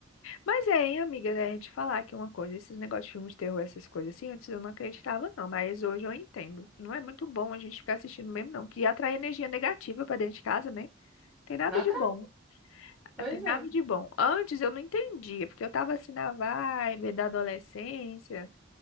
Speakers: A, on the left; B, in the centre.
A: Mas é, hein, amiga, né? A gente falar aqui uma coisa, esses negócios de filmes de terror, essas coisas assim, antes eu não acreditava, não, mas hoje eu entendo. Não é muito bom a gente ficar assistindo mesmo, não, que atrai energia negativa pra dentro de casa, né? Tem nada
B: Lá atrás,
A: de bom,
B: pois
A: tem nada
B: é.
A: de bom. Antes eu não entendia, porque eu tava assim na vibe da adolescência,